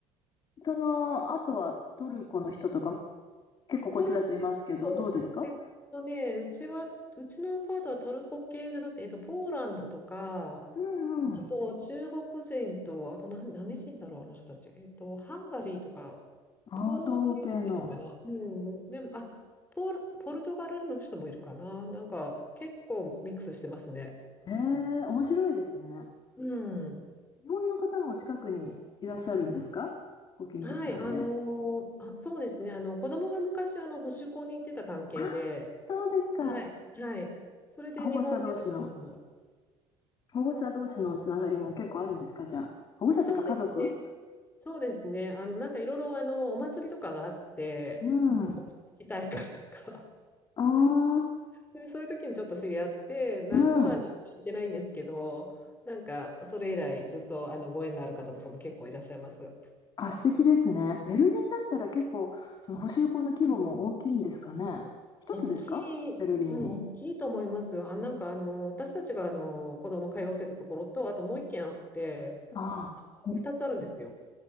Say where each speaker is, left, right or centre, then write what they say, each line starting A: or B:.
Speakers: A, on the left (about 40°); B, on the left (about 15°).
A: その、あとはトルコの人とか、結構こっちだといますけど、
B: トルコえっとねうちはうちのアパートはトルコ系じゃなくて、
A: どうですか
B: えっと、ポーランドとか
A: うんうん。
B: あと、中国人と、あと何、何人だろう、あの人たち。えっと、ハンガリーとか、
A: ああ、
B: 東京もいるかな。
A: 東系の。
B: うん、でも、あ、ポル、ポルトガルの人もいるかな。なんか、結構ミックスしてますね。
A: へえ、面白いですね。
B: うん。
A: 日本の方も近くにいらっしゃるんですかご近所さんで。
B: はい、あのーあ、そうですね。あの、子供が昔、あの、保守校に行ってた関係で、
A: ああ、そうですか。
B: はい、はい。それで日本人の方も。
A: 保護者同士の、
B: ん
A: 保護者同士のつながりも結構あるんですかじゃあ。保護者というか家族
B: そうですね。そうですね。あの、なんかいろいろ、あの、お祭りとかがあって、
A: うん。
B: お祭り大会とか。
A: ああ。
B: で、そういう時にちょっと知り合って、な、
A: うん。
B: もうあの、行ってないんですけど、なんか、それ以来ずっとあのご縁がある方とかも結構いらっしゃいます。
A: あ、素敵ですね。ベルリンだったら結構、その補修校の規模も大きいんですかね。一つですかベルリンに。
B: 大きい、うん、大きいと思いますよ。あ、なんかあの、私たちがあの、子供通ってたところと、あともう一軒あって、
A: ああ、み
B: 2つあるんですよ。